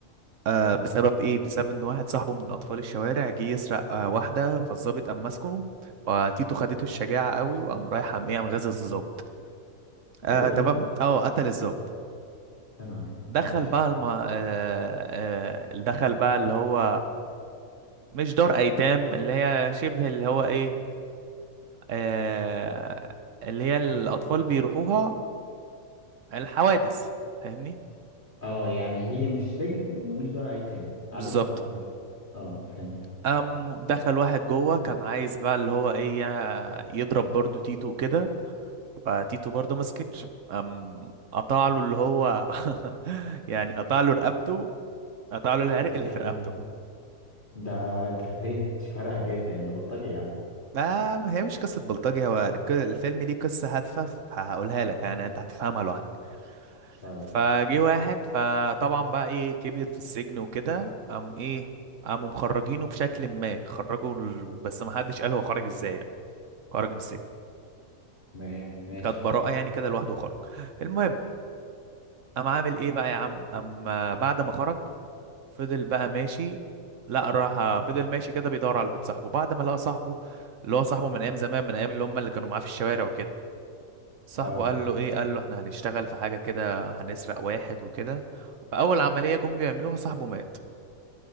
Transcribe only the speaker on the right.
آه بسبب ايه بسبب ان واحد صاحبه من اطفال الشوارع جه يسرق آه واحده فالظابط قام ماسكه فتيتو خدته الشجاعه قوي وقام رايح قام ايه قام غازل الظابط آه
تمام اه قتل الظابط
دخل
بقى الم... آه آه دخل بقى اللي هو مش دار ايتام اللي هي شبه اللي هو ايه آه اللي هي الأطفال بيروحوها الحوادث فاهمني
بالظبط
قام دخل واحد جوه كان عايز بقى اللي هو ايه يا- يضرب برضو تيتو وكده فتيتو برضو ما سكتش قام قطع له اللي هو <laughs> يعني قطع له رقبته قطع له العرق
اللي
في
رقبته
ده هي مش قصة بلطجي هو الك- الفيلم ليه قصة هادفة فهقولها لك يعني انت هتفهمها لوحدك
فجه واحد فطبعا بقى ايه كبر في السجن وكده قام ايه قاموا مخرجينه بشكل ما خرجوا ال... بس ما حدش قال هو خرج ازاي يعني، خرج من السجن
خد براءة يعني كده لوحده وخرج المهم قام عامل ايه بقى يا عم اما بعد ما خرج فضل بقى ماشي لا راح فضل ماشي كده بيدور على بيت صاحبه بعد ما لقى صاحبه اللي هو صاحبه من ايام زمان من ايام اللي هم اللي كانوا معاه في الشوارع وكده صاحبه
قال له ايه قال له احنا هنشتغل في حاجة كده هنسرق واحد وكده فاول عملية جم بيعملوها صاحبه مات